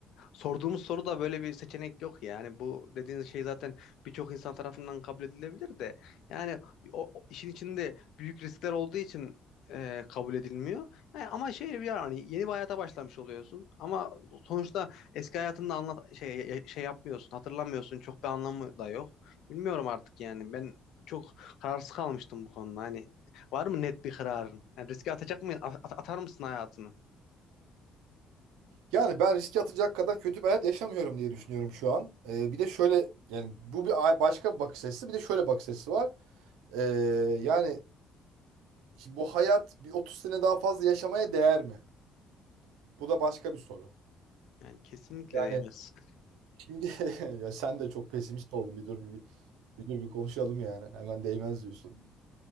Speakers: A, on the left; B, on the right.
A: sorduğumuz soruda böyle bir seçenek yok ya. Yani bu dediğin şey zaten birçok insan tarafından kabul edilebilir de yani o, o işin içinde büyük riskler olduğu için e, kabul edilmiyor. Yani ama şöyle bir yer hani yeni bir hayata başlamış oluyorsun ama sonuçta eski hayatında anlat şey şey yapmıyorsun, hatırlamıyorsun. Çok bir anlamı da yok. Bilmiyorum artık yani. Ben çok kararsız kalmıştım bu konuda. Hani Var mı net bir kararın? Yani riske atacak mı? at- at- atar mısın hayatını?
B: Yani ben riske atacak kadar kötü bir hayat yaşamıyorum diye düşünüyorum şu an. Ee, bir de şöyle yani bu bir a- başka bir bakış açısı bir de şöyle bakış açısı var. Ee, yani şimdi bu hayat bir 30 sene daha fazla yaşamaya değer mi? Bu da başka bir soru.
A: Yani kesinlikle
B: Yani
A: değmez.
B: şimdi <laughs> ya sen de çok pesimist oldun. Bir dur bir, bir dur bir konuşalım yani. Hemen değmez diyorsun.